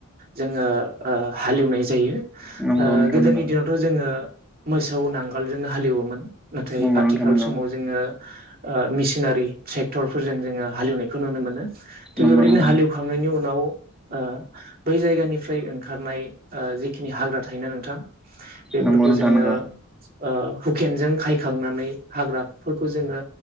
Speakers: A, on the right; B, in the centre.
A: जोङो ओ हालेवनाय जायो। ओ
B: नंगौ नोंथां
A: गोदोनि
B: नंगौ
A: दिनावथ' जोङो मोसौ नांगोलजोंनो हालेवोमोन। नाथाय
B: नंगौ
A: आथिखाल
B: नोंथां नंगौ
A: समाव जोङो ओ मिसिनारि ट्रेक्टरफोरजों जोङो हालेवनायखौ नुनो मोनो। थिग
B: नंगौ
A: बेबायदिनो
B: नोंथां।
A: हालेवखांनायनि उनाव ओ बै जायगानिफ्राय ओंखारनाय ओ जिखिनि हाग्रा थायोना नोंथां बेफोरखौ
B: नंगौ नोंथां
A: जोङो
B: नंगौ नोंथां नंगौ
A: ओ हुकेनजों खायखांनानै हाग्राफोरखौ जोङो